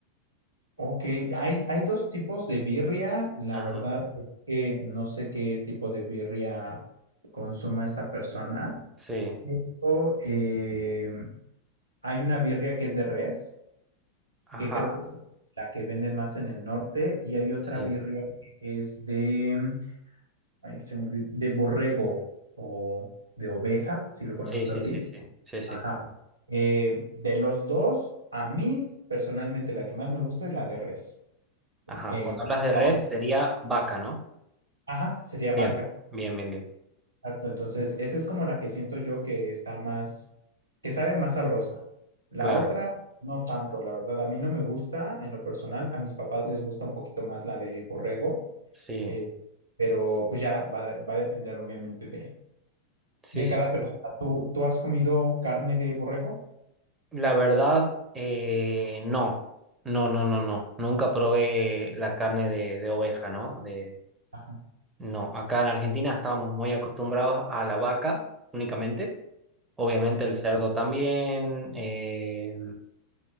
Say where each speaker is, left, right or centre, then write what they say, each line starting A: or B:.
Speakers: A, on the right (about 80°); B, on the right (about 15°).
A: ok. Hay, hay dos tipos de birria. La
B: Ajá,
A: verdad es que no sé qué tipo de birria consuma esta persona.
B: sí,
A: Pero, eh, hay una birria que es de res
B: ajá,
A: que creo que es la que venden más en el norte, y hay otra
B: sí.
A: birria que es de, ay, se me olvidó, de borrego o de oveja, si lo conoces
B: Sí, sí,
A: así.
B: sí, sí, sí, sí.
A: Ajá. Eh, de los dos, a mí personalmente la que más me gusta es la de res.
B: Ajá,
A: Eh,
B: cuando hablas de res
A: la otra-
B: sería vaca, ¿no?
A: ajá, sería vaca.
B: Bien, bien, bien, bien.
A: Exacto, entonces esa es como la que siento yo que está más, que sabe más sabrosa. La
B: Claro,
A: otra, no tanto, la verdad, a mí no me gusta en lo personal, a mis papás les gusta un poquito más la de borrego,
B: sí,
A: Eh, pero pues ya va, va a depender obviamente de,
B: sí,
A: de
B: sí,
A: cada
B: sí.
A: persona. ¿Tú, tú has comido carne de borrego?
B: La verdad, eh, no, no, no, no, no. Nunca probé la carne de, de oveja, ¿no? De,
A: Ajá.
B: no, acá en Argentina estábamos muy acostumbrados a la vaca únicamente. Obviamente
A: Ok,
B: el cerdo también, eh,